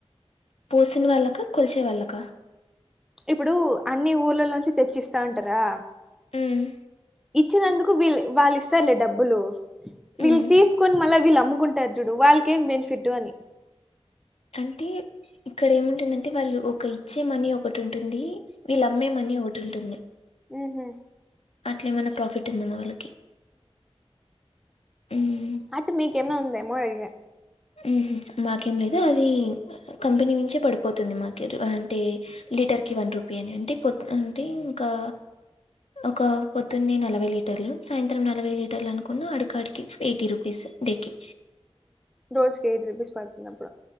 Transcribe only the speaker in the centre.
ఇప్పుడు అన్ని ఊర్లలోంచి తెచ్చిస్తా ఉంటారా
ఇచ్చినందుకు వీళ్ళు వాళ్ళు ఇస్తారులే డబ్బులు వీళ్ళు
తీసుకొని మళ్ళ వీళ్ళు అమ్ముకుంటారు చూడు వాళ్ళకేం బెనిఫిటు అని
ఉహు
ఆటు మీకు ఎమ్న్ అ ఉందో ఏమో అడిగా
రోజుకి ఎయిట్ రూపీస్ పడుతుందప్పుడు....